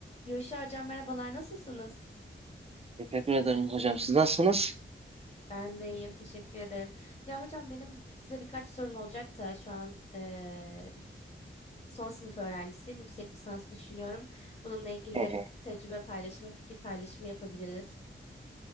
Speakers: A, on the left (about 30°); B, on the right (about 30°).
A: Yuşa hocam merhabalar nasılsınız?
B: Teşekkür ederim hocam. Siz nasılsınız?
A: Ben de iyiyim teşekkür ederim. Ya hocam benim size birkaç sorum olacak da şu an eee, son sınıf öğrencisiyim. Yüksek lisans düşünüyorum. Bununla ilgili
B: Hı hı.
A: tecrübe paylaşımı, fikir paylaşımı yapabiliriz.